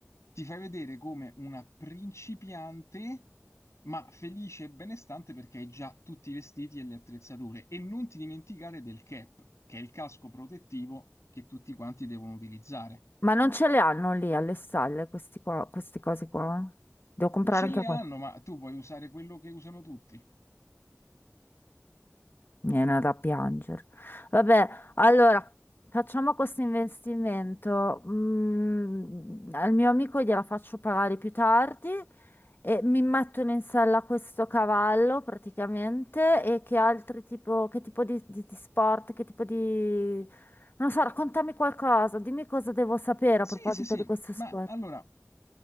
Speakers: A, on the left; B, on the left.
A: ti fai vedere come una principiante, ma felice e benestante perché hai già tutti i vestiti e le attrezzature. E non ti dimenticare del cap, che è il casco protettivo che tutti quanti devono utilizzare.
B: Ma non ce le hanno lì alle stalle questi qua, queste cose qua? Devo comprare
A: Ce
B: anche
A: le
B: qua.
A: hanno, ma tu puoi usare quello che usano tutti.
B: Mi viene da piangere. Vabbè, allora facciamo questo investimento. Mm, al mio amico gliela faccio pagare più tardi e mi mettono in sella questo cavallo praticamente. E che altri tipo, che tipo di, di- di sport, che tipo di... Non so, raccontami qualcosa, dimmi cosa devo sapere
A: Sì,
B: a proposito
A: sì, sì,
B: di questo
A: ma
B: sport.
A: allora